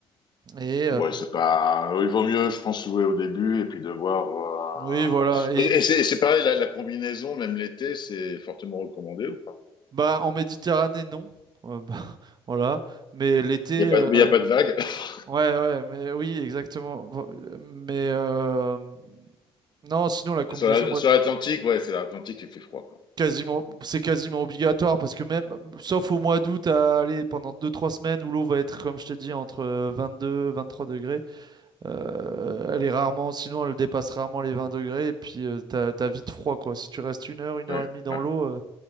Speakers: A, on the right; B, on the left.
A: Et
B: Ouais,
A: euh,
B: c'est pas. Il vaut mieux, je pense, jouer au début et puis de voir. euh,
A: oui, voilà. Et
B: Et et c'est c'est pareil, la, la combinaison, même l'été, c'est fortement recommandé ou pas?
A: Bah, en Méditerranée, non. Euh, bah, <laughs> voilà. Mais l'été,
B: Il y a pas,
A: euh,
B: mais il y a pas de vague. <laughs>
A: ouais, ouais, mais oui, exactement. Bon, euh, Mais euh, non, sinon, la combinaison,
B: Sur la-
A: ouais,
B: sur l'Atlantique, ouais, c'est l'Atlantique qui fait froid, quoi.
A: quasiment, c'est quasiment obligatoire parce que même, sauf au mois d'août, à aller pendant deux trois semaines où l'eau va être, comme je t'ai dit, entre euh, vingt-deux, vingt-trois degrés, euh, elle est rarement, sinon, elle dépasse rarement les 20 degrés et puis euh, t'as, t'as vite froid, quoi. Si tu restes une heure, une
B: Ouais,
A: heure et demie dans
B: ouais.
A: l'eau, euh,